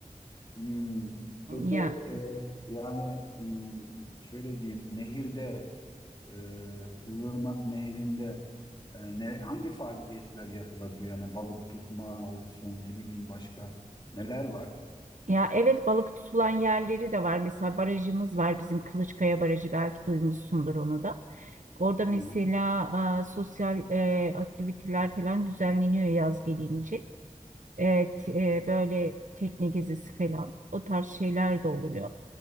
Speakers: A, on the left; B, on the right.
A: Hmm. Peki
B: Ya
A: e, yani hmm, şöyle diyeyim nehirde e, Kızılırmak nehrinde e, ne, hangi faaliyetler yapılabiliyor? Yani balık tutma olsun ne bileyim başka neler var?
B: Ya evet balık tutulan yerleri de var. Mesela barajımız var bizim Kılıçkaya Barajı belki duymuşsundur onu da. Orada mesela
A: Hı hı.
B: e, sosyal e, aktiviteler falan düzenleniyor yaz gelince. Evet e, böyle tekne gezisi falan o tarz şeyler de oluyor.